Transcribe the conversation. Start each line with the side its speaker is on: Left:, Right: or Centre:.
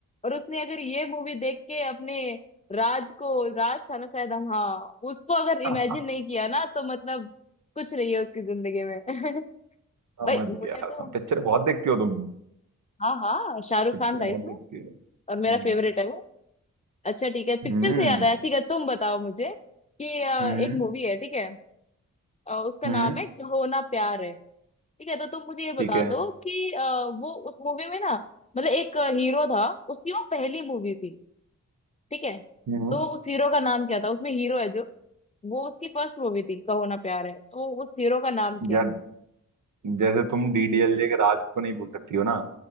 Left: और उसने अगर ये मूवी देख के अपने राज को राज था ना शायद हम हाँ उसको अगर इमेजिन
Right: <laughs>
Left: नहीं किया ना तो मतलब कुछ नहीं है उसकी जिंदगी में <laughs>
Right: समझ
Left: भाई मुझे
Right: गया
Left: तो
Right: सम पिक्चर बहुत देखती हो तुम
Left: हाँ हाँ शाहरुख
Right: पिक्चर
Left: खान था
Right: बहुत
Left: इसमें
Right: देखती हो हम्म
Left: और मेरा फेवरेट है वो अच्छा ठीक है पिक्चर
Right: हम्म
Left: से याद आया ठीक है तुम बताओ मुझे कि अ,
Right: हम्म
Left: एक मूवी है ठीक है अ, उसका
Right: हम्म,
Left: नाम है होना प्यार है ठीक है तो तुम मुझे ये बता
Right: ठीक है
Left: दो कि अ, वो उस मूवी में ना मतलब एक हीरो था उसकी वो पहली मूवी थी ठीक है
Right: हम्म हम्म,
Left: तो वो उस हीरो का नाम क्या था उसमें हीरो है जो वो उसकी फर्स्ट मूवी थी कहो ना प्यार है तो उस हीरो का नाम क्या
Right: यार
Left: है
Right: जैसे तुम डीडीएलजे के राज को नहीं भूल सकती हो ना